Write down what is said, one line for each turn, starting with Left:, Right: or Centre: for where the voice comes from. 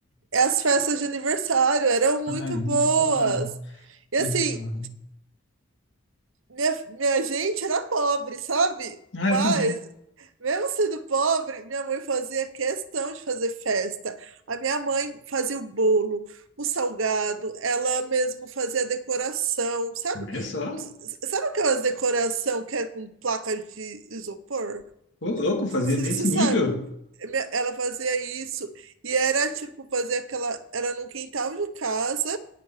Right: é as festas de aniversário, eram muito
Left: Ah, nem
Right: boas.
Left: fala,
Right: E
Left: nem
Right: assim,
Left: fala.
Right: minha, minha gente era pobre, sabe?
Left: Ah,
Right: Mas
Left: eu também.
Right: Mesmo sendo pobre, minha mãe fazia questão de fazer festa. A minha mãe fazia o bolo, o salgado, ela mesmo fazia a decoração, sabe?
Left: Olha só.
Right: S- Sabe aquelas decoração que é com placa de isopor?
Left: Ô, louco, fazia
Right: Você
Left: nesse
Right: sabe?
Left: nível.
Right: Minha- Ela fazia isso e era tipo fazer aquela, era num quintal de casa